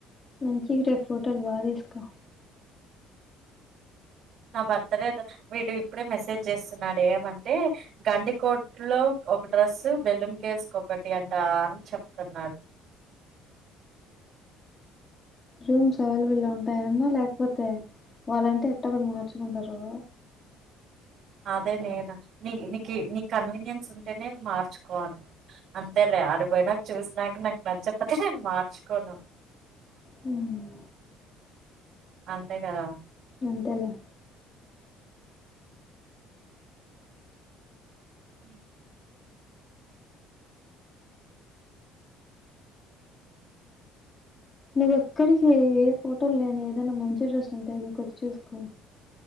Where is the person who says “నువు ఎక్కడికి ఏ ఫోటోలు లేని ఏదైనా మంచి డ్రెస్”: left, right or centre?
Left